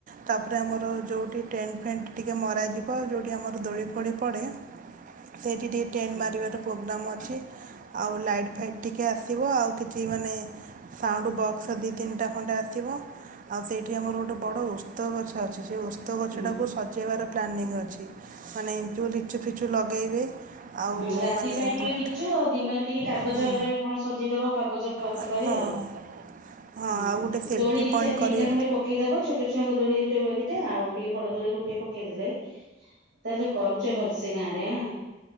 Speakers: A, on the right; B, on the right.
A: ତାପରେ ଆମର ଯୋଉଠି ଟେଣ୍ଟ ଫେଣ୍ଟ ଟିକେ ମରାଯିବ। ଯୋଉଠି ଆମର ଦୋଳି ଫୋଳି ପଡ଼େ। ସେଇଠି କି ଟିକେ ଟେଣ୍ଟ
B: ହୁଁ
A: ମାରିବାର ପ୍ରୋଗ୍ରାମ୍ ଅଛି। ଆଉ ଲାଇଟ୍ ଫାଇଟ୍ ଟିକେ ଆସିବ। ଆଉ କିଛି ମାନେ ସାଉଣ୍ଡ ବକ୍ସ ଦି ତିନିଟା ଖଣ୍ଡେ ଆସିବ। ଆଉ ସେଇଠି ଆମର ଗୋଟେ ବଡ଼ ଓସ୍ତ ଗଛ ଅଛି। ଯେ ଓସ୍ତ ଗଛଟାକୁ
B: ହୁଁ
A: ସଜେଇବାର ପ୍ଲାନିଙ୍ଗ ଅଛି ମାନେ ଯୋଉ ଲିଚୁ ଫିଚୁ ଲଗେଇବେ। ଆଉ
B: ହୁଁ ରାତି
A: ମାନେ
B: ପାଇଁ ଟିକେ
A: ଗୋଟେ
B: ଲିଚୁ ଆଉ ଦିନରେ ଟିକେ କାଗଜରେ
A: ହୁଁ
B: କଣ ସଜେଇଦବ କାଗଜ ପତକାରେ
A: ହଁ ହଁ
B: ଆଉ।
A: ଆଉ
B: ହୁଁ
A: ଗୋଟେ ସେଲ୍ଫି
B: ଦୋଳି ଦି
A: ପଏଣ୍ଟ
B: ଚାରି ତିନିଟା
A: କରି
B: ଖଣ୍ଡେ ପକେଇଦବ। ଛୋଟ ଛୁଆଙ୍କ ଦୋଳି ଗୋଟେ ଦିଟା ଆଉ ଟିକେ ବଡଦୋଳି ଗୋଟେ ପକେଇଦେଲେ। ତାହେଲେ କରୁଛ ଭଲ ସେ ଗାଁ ରେ